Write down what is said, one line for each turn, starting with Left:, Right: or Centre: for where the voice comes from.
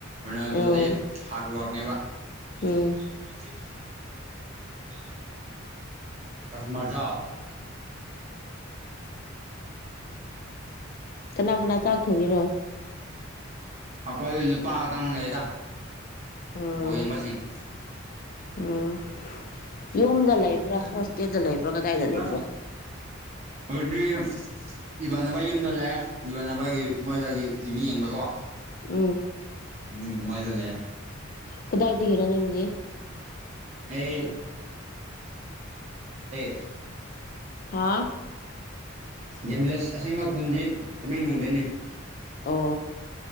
Right: ꯔꯣꯅꯥꯜꯗꯣꯗꯤ
Left: ꯑꯧ
Right: ꯍꯥꯔꯠ ꯋꯥꯔꯛꯅꯦꯕ <inaudible>
Left: ꯎꯝ
Right: ꯑ ꯍꯃꯖꯥ <unintelligible>
Left: ꯀꯅꯥ ꯀꯅꯥ ꯆꯥꯛ ꯊꯣꯡꯉꯤꯔꯣ
Right: ꯑꯩꯈꯣꯏ ꯂꯨꯄꯥ ꯈꯇꯪ ꯂꯩꯗ <unintelligible>
Left: ꯎꯝ
Right: ꯕꯁꯤꯡ
Left: ꯎꯝ
Right: <unintelligible>
Left: ꯌꯨꯝꯗ ꯂꯩꯕ꯭ꯔꯥ ꯍꯣꯁꯇꯦꯜꯗ ꯂꯩꯕ꯭ꯔꯥ ꯀꯗꯥꯏꯗ ꯂꯩꯕ꯭ꯔꯥ
Right: ꯍꯧꯖꯤꯛꯇꯤ ꯏꯃꯅꯕ ꯌꯨꯝꯗ ꯂꯩꯑꯦ ꯏꯃꯥꯟꯅꯕꯒꯤ ꯃꯣꯏꯗꯒꯤ ꯇꯤꯚꯤ ꯌꯦꯡꯕꯀꯣ
Left: ꯎꯝ
Right: ꯎꯝ ꯃꯣꯏꯗ ꯂꯩ
Left: ꯀꯗꯥꯏꯗꯒꯦꯔ ꯅꯗ
Right: ꯑꯦ <unintelligible>
Left: ꯍꯥ
Right: ꯒꯦꯝꯕꯤꯂꯁ ꯑꯁꯦꯡꯕ ꯈꯨꯟꯗꯤ ꯇꯨꯃꯦꯡꯂꯣꯡꯗꯩꯅꯤ
Left: ꯑꯣ